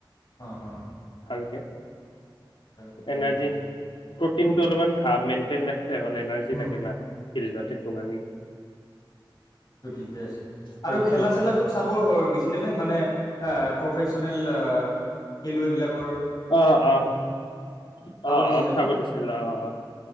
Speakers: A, on the left; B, on the left.
A: অঁ অঁ
B: ভালকে
A: আচ্ছা বুঢ়িয়া-বুঢ়িয়া
B: এনাৰ্জি প্ৰটিনটো অলপমান ভা মেইনটেইন। হ'ল এনাৰ্জি
A: হুম
B: লাগে না, ফিল্ডত এইটো কাৰণে
A: টো ঠিকে আছে
B: সেইটোৱে।
A: আৰু খেলা চেলা তোক চাব দিছিলে নে মানে এ- পাৰ্চনেল এ খেলুৱে বিলাক।
B: অ-অ-অ-অ
A: দিছিলে
B: চাব
A: ন
B: দিছিল। অ-অ